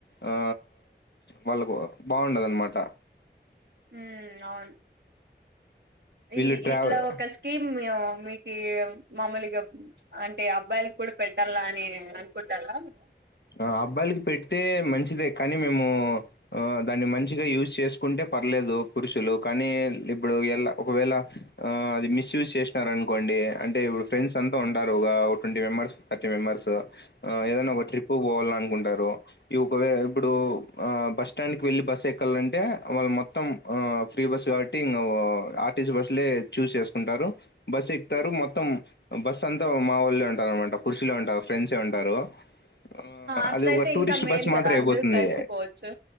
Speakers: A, on the left (about 70°); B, on the right (about 70°).
A: ఆ వాళ్ళకు బాగుండద అన్నమాట
B: ఉమ్మ్ అవున్ ఈ
A: వీళ్ళు ట్రావెల్
B: ఇట్ల ఒక స్కీమ్ మేము మీకి మామలుగ అంటే అబ్బాయిలు కూడ పెట్టాల అని అనుకుంటాన అవునా
A: ఆ అబ్బాయిలకి పెడితే మంచిదే కానీ మేము దాన్ని మంచిగ యూజ్ చేసుకుంటె పర్లేదు పురుషులు కానీ ఇప్పుడు ఎల ఒకవేళ అది మిస్యూజ్ చేసినార అనుకోండి డి అంటె ఇప్పుడు ఫ్రెండ్స్ అంతా ఉంటారు ఒక ట్వంటీ మెంబెర్స్ థర్టీ మెంబర్స్ ఆ ఏదైన ఒక ట్రిప్ పోవాల అనుకుంటారు ఇ ఒకే ఇప్పుడు ఆ బస్ స్టాండ్కి వెళ్ళి బస్ ఎక్కాలంటే వాళ్ళు మొత్తం ఆ ఫ్రీ ఫ్రీ బస్ కాబట్టి ఇంగ ఆర్టీస బస్ లే చూస్ చేసుకుంటారు బస్ ఎక్కుతారు మొత్తం బస్సు అంతా మా వాళ్లే ఉంటారు అనమాట పురుషులే ఉంటారు ఫ్రెండ్సే ఉంటారు ఆ
B: అట్లయితే
A: అది ఒక టూరిస్ట్
B: ఇంకా మేలు
A: బస్ మాత్రం
B: కదా
A: అయిపోతుంది
B: అందరూ కలిసిపోవచ్చు